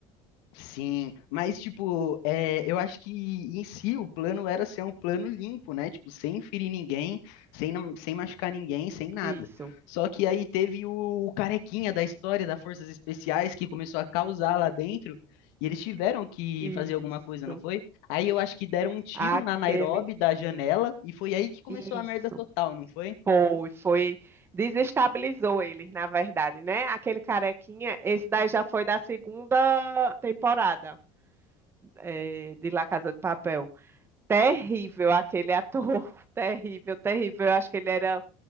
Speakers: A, on the left; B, on the right.
A: Sim, mas tipo, é, eu acho que em si o plano era ser um plano limpo, né? Tipo, sem ferir ninguém, sem, não- sem machucar ninguém, sem nada.
B: Isso,
A: Só que aí teve o carequinha da história das Forças Especiais que começou a causar lá dentro e eles tiveram que
B: isso,
A: fazer alguma coisa, não foi? Aí eu acho que deram um tiro
B: aquele,
A: na Nairobi da janela e foi aí que começou
B: isso.
A: a merda total, não foi?
B: Foi, foi, desestabilizou eles, na verdade, né? Aquele carequinha, esse daí já foi da segunda temporada. é, de La Casa de Papel. Terrível aquele ator, <laughs> terrível, terrível. Eu acho que ele era